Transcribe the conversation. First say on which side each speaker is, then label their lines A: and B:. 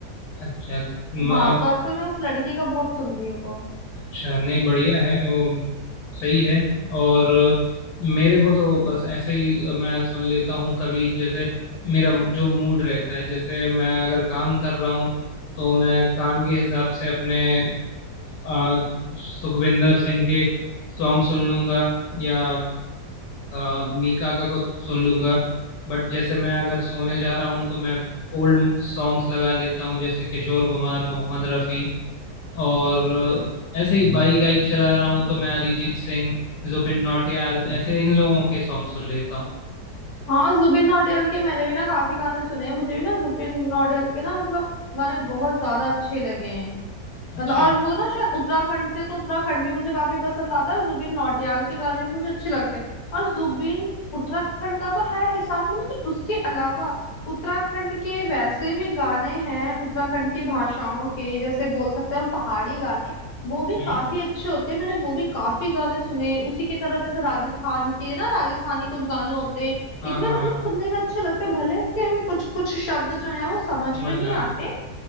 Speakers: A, on the left; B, on the left.
A: अच्छा म-
B: हाँ तो आजकल मैं उस लड़की का बहुत सुन रही हूँ वो
A: अच्छा नहीं बढ़िया है वो सही है और मेरे को तो बस ऐसे ही मैं सुन लेता हूँ कभी जैसे मेरा जो मूड रहता है जैसे मैं अगर काम कर रहा हूँ तो मैं काम के हिसाब से अपने अ, सुखविंदर सिंह के सॉन्ग सुन लूंगा या अ, मीका का को सुन लूंगा बट जैसे मैं अगर सोने जा रहा हूँ तो मैं ओल्ड सॉन्ग्स लगा लेता हूँ जैसे किशोर कुमार मोहम्मद रफ़ी और अ, ऐसे ही बाइक वाइक चला रहा हूँ तो मैं अरिजीत सिंह जुबिन नौटियाल ऐसे इन लोगों के सॉन्ग सुन लेता हूँ
B: हाँ जुबिन नौटियाल के मैंने भी ना काफी गाने सुने हैं मुझे भी ना जुबिन नौटियाल के ना मतलब गाने बहुत ज्यादा अच्छे लगे हैं
A: अच्छा
B: मतलब और वो ना शायद उत्तराखंड से तो उत्तराखंड भी मुझे काफी पसंद आता है जुबिन नौटियाल के गाने भी मुझे अच्छे लगते हैं और जुबिन उत्तराखंड का तो है ही साथ में ना जो उसके अलावा उत्तराखंड के वैसे भी गाने हैं उत्तराखंड की भाषाओं के जैसे बोल सकते हैं हम पहाड़ी गाने वो भी
A: हम्म
B: काफी अच्छे होते हैं मैंने वो भी काफी गाने सुने उसी की तरह जैसे राजस्थान के ना राजस्थानी कुछ गाने होते हैं
A: हाँ
B: इतने
A: हाँ हाँ
B: मतलब सुनने में अच्छे लगते हैं भले उसके हमें कुछ कुछ शब्द जो है वो समझ
A: समझना
B: में नहीं आते
A: है